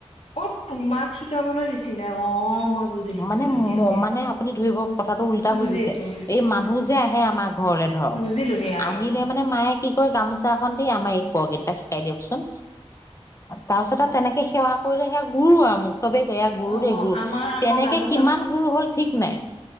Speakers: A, on the left; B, on the left.
A: অ তোমাক শিকাবলৈ দিছিলে অ', মই বুজিলো
B: মানে
A: বুজিলো এতিয়া
B: ম
A: দিয়া
B: মানে আপুনি ধৰিব কথাটো উল্টা
A: বুজিছো
B: বুজিছে
A: বুজিছো
B: এই
A: বুজিছো
B: মানুহ যে আহে আমাৰ ঘৰলে ধৰক
A: বুজিলো দিয়া
B: আহিলে মানে মায়ে কি কৰে গামোচা এখন দি আমাৰ এই বৰগীতটা শিকাই দিয়কচোন তাৰ পিছত তেনেকে সেৱা কৰিলে সেয়া গুৰু আৰু মোক চবে ক ইয় গুৰু
A: অ', অ',
B: দেই গুৰু
A: আমাৰ আকৌ
B: তেনেকে
A: গামোচা
B: কিমান গুৰু হ'ল ঠিক নাই।